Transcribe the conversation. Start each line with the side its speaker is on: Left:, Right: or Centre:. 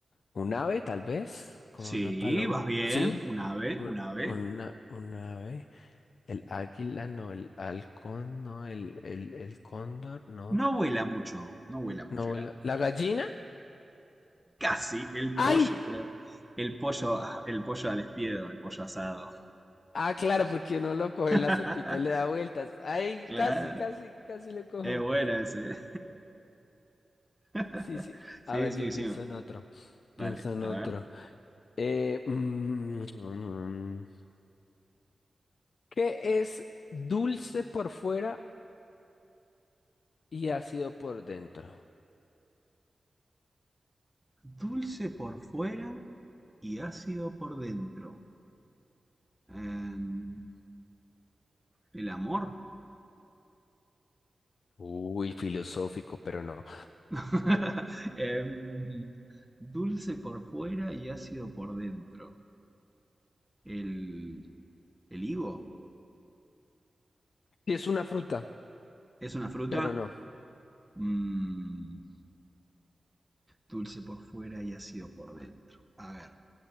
Left: ¿Un ave, tal vez? Como
Centre: Sí,
Left: una paloma.
Centre: vas bien,
Left: Sí,
Centre: un ave,
Left: un-
Centre: un ave.
Left: una, un ave. El águila, no, el halcón, no, el, el, el cóndor, no.
Centre: No vuela mucho, no vuela mucho
Left: No vuela.
Centre: el ave.
Left: ¿La gallina?
Centre: Casi el
Left: ¡Ay!
Centre: pollo, pero el pollo, <laughs> el pollo al espiedo, el pollo asado.
Left: Ah, claro, porque uno lo coge
Centre: <laughs>
Left: en la sopita y le da vueltas. ¡Ay!
Centre: Claro,
Left: Casi, casi, casi le cojo.
Centre: es buena ese. <laughs>
Left: Sí, sí.
Centre: Sí,
Left: A ver,
Centre: sí,
Left: yo
Centre: sí,
Left: pienso en otro.
Centre: dale,
Left: Pienso en
Centre: a
Left: otro.
Centre: ver.
Left: Eh, mm, mm. ¿qué es dulce por fuera y ácido por dentro?
Centre: Dulce por fuera y ácido por dentro. Em, el amor.
Left: Uy, filosófico, pero no.
Centre: <laughs> Em, dulce por fuera y ácido por dentro. El, el higo
Left: Sí, es una fruta,
Centre: es una fruta.
Left: pero no.
Centre: Mm, dulce por fuera y ácido por dentro. A ver.